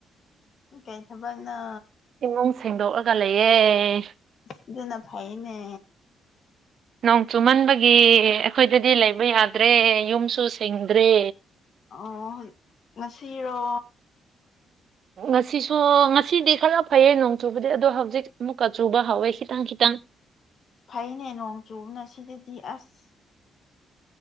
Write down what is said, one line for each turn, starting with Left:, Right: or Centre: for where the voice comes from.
Left: ꯀꯩ ꯊꯕꯛꯅ
Right: ꯏꯃꯨꯡ ꯁꯦꯡꯗꯣꯛꯂꯒ ꯂꯩꯌꯦꯦ
Left: ꯑꯗꯨꯗꯅ ꯐꯥꯏꯅꯦ
Right: ꯅꯣꯡ ꯆꯨꯃꯟꯕꯒꯤ ꯑꯩꯈꯣꯏꯗꯗꯤ ꯂꯩꯕ ꯌꯥꯗ꯭ꯔꯦ ꯌꯨꯝꯁꯨ ꯁꯦꯡꯗ꯭ꯔꯦ
Left: ꯑꯣ ꯉꯁꯤꯔꯣ
Right: ꯉꯁꯤꯁꯨ ꯉꯁꯤꯗꯤ ꯈꯔ ꯐꯩꯌꯦ ꯅꯣꯡ ꯆꯨꯕꯗꯤ ꯑꯗꯣ ꯍꯧꯖꯤꯛ ꯑꯃꯨꯛꯀ ꯆꯨꯕ ꯍꯧꯥꯎꯋꯦ ꯈꯤꯇꯪ ꯈꯤꯇꯪ
Left: ꯐꯩꯅꯦ ꯅꯣꯡ ꯆꯨꯕꯅ ꯁꯤꯗꯗꯤ ꯑꯁ